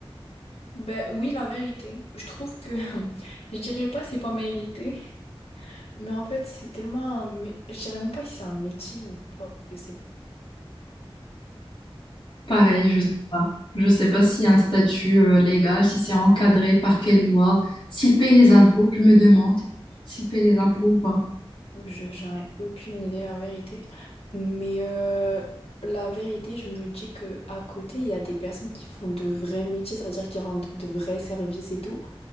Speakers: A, on the left; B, on the left.
A: Ben oui, la vérité. Je trouve que <laughs> je dirais pas c'est pas mérité, mais en fait c'est tellement un mé- je dirais même pas si c'est un métier ou pas. Je sais pas.
B: Pareil, je sais pas. Je sais pas s'il y a un statut euh, légal, si c'est encadré par quelle loi, s'ils payent les impôts. Je me demande s'ils payent les impôts ou pas.
A: Je j'en ai aucune idée la vérité. Mais euh, la vérité, je me dis que à côté il y a des personnes qui font de vrais métiers, c'est-à-dire qui rendent de vrais services et tout,